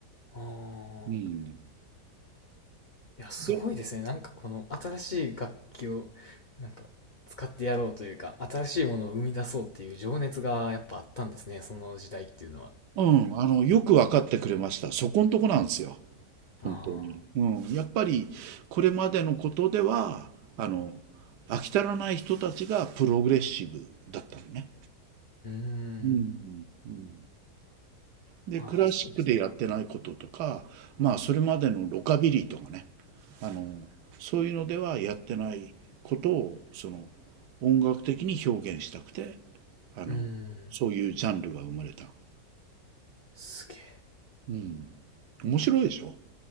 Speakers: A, on the left; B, on the right.
A: あ。
B: うん。
A: いや、すごいですね。
B: で、
A: なんかこの新しい楽器をなんか使ってやろうというか、新しいものを生み出そうっていう情熱がやっぱあったんですね。その時代っていうのは。
B: うん、あの、よく分かってくれました。そこんとこなんですよ。
A: あ
B: 本当に。
A: あ、
B: うん。やっぱり、これまでのことでは、あの、飽き足らない人たちがプログレッシブだったのね。
A: うーん。
B: うん。うんで、
A: まあ、
B: クラシックでやってないこととか、
A: そうですね。
B: まあ、それまでのロカビリーとかね、あの、そういうのではやってないことを、その、音楽的に表現したくて、あの、
A: うーん。
B: そういうジャンルが生まれた。
A: すげえ。
B: うん。面白いでしょ